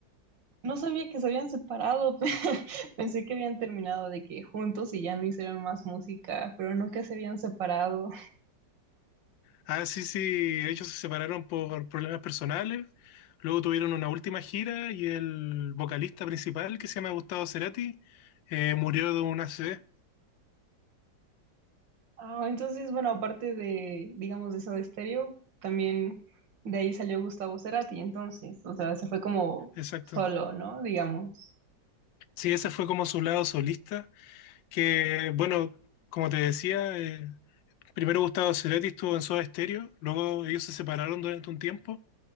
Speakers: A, on the right; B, on the left.
A: No sabía que se habían separado, <laughs> pensé que habían terminado de que juntos y ya no hicieron más música, pero no que se habían separado.
B: Ah, sí, sí, ellos se separaron por problemas personales. Luego tuvieron una última gira y el vocalista principal, que se llama Gustavo Cerati, eh, murió de un ACV.
A: Ah, entonces, bueno, aparte de, digamos, de Soda Stereo, también de ahí salió Gustavo Cerati, entonces, o sea, se fue como
B: Exacto.
A: solo, ¿no? Digamos.
B: Sí, ese fue como su lado solista, que, bueno, como te decía, eh, primero Gustavo Cerati estuvo en Soda Stereo, luego ellos se separaron durante un tiempo,